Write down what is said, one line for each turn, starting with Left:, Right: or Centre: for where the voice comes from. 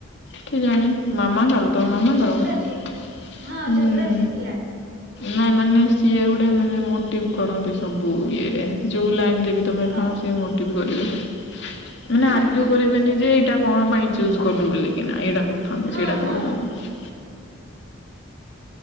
Left: କିଏ ଜାଣେ? ମାମାଙ୍କର ତୋ ମାମାଙ୍କର
Right: ଜୋଗ୍ରାଫି
Left: ଉଁହୁଁ।
Right: ହଁ ଜୋଗ୍ରାଫି ଥିଲା
Left: ନାଇଁ ମାନେ ସିଏ ଗୋଟେ ମାନେ ମୋ ମୋଟିଭ କରନ୍ତି ସବୁ ଇଏରେ ଯୋଉ ଲାଇନରେ ବି ତମେ
Right: ହଁ।
Left: ଥାଅ ସିଏ ମୋଟିଭ୍ କରିବେ। ମାନେ
Right: ହୁଁ
Left: ଆର୍ଗ୍ୟୁ
Right: ହୁଁ
Left: କରିବେନି
Right: ସତ
Left: ଯେ
Right: ଦିଦି
Left: ଏଇଟା କଣ ପାଇଁ ଚୁଜ୍ କଲୁ ବୋଲିକିନା ଏଇଟା କରୁଥାନ୍ତୁ
Right: ହଁ
Left: ସେଇଟା କରୁଥାନ୍ତୁ।
Right: ହଁ।